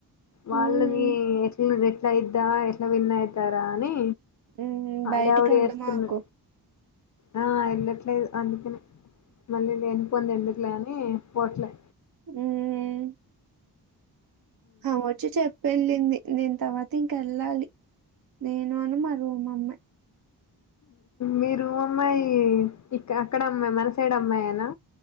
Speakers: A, on the left; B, on the right.
A: వాళ్ళని
B: మ్మ్.
A: ఎట్లు పెట్ ఎట్ల అయిద్దా ఎట్ల విన్ అయితరా అని
B: మ్మ్.
A: హడావిడి
B: బయటికి వెళ్దామాకు
A: వస్తున్న ఆ ఎలాట్లే అందుకనే మళ్ళీ లేని పోనివి ఎందుకులే అని పోట్లే
B: హమ్ అ వచ్చి చెప్పి ఎల్లింది తర్వాత ఇంక వెళ్ళాలి నేను అని మా రూమమ్మాయి
A: మీరు అమ్మాయి ఇ అక్కడ అమ్మాయి మన సైడ్ అమ్మాయినా